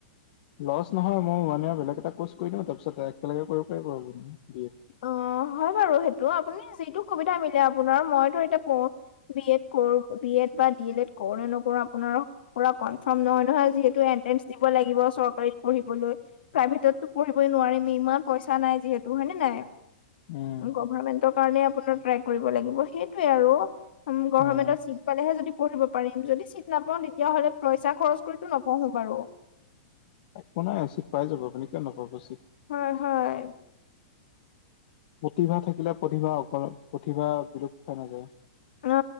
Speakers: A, on the left (about 55°); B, on the left (about 75°).
A: লচ নহয় মই ওৱান ইয়েৰৰ বেলেগ এটা কৰ্চ কৰি দিও তাপিছত একেলগে কৰিব পাৰিম আৰু।
B: <unintelligible>
A: <unintelligible>
B: হয় বাৰু সেইটো আপুনি যিটো সুবিধা মিলে আপোনাৰ মইতো এতিয়া পঢ়ো বি এড কৰো বি এড বা ডি এল এড কৰো নে নকৰো আপোনাৰ পুৰা কনফাৰ্ম নহয় নহয় যিহেতু এট্ৰেন্ঞ্চ দিব লাগিব চৰকাৰিত পঢ়িবলৈ। প্ৰাইভেটততো পঢ়িবই নোৱাৰিম ইমান পইছা নাই যিহেতু হয় নে নাই
A: উম
B: গভামেন্টৰ কাৰণে আপোনাৰ ট্ৰাই কৰিব লাগিব সেইটোৱে আৰু গভমেন্টত
A: উম
B: চিট পালেহে যদি পঢ়িব পাৰিম যদি চিত নাপাও তেতিয়াহ'লে পইছা খৰচ কৰিতো নপঢ়ো বাৰু
A: একো নাই চিত পাই যাব আপুনি কিয় নাপাব চিত
B: হয় হয়
A: প্ৰতিভা থাকিলে প্ৰতিভা অকল প্ৰতিভা বিলুপ্ত হৈ নাযায়।
B: অ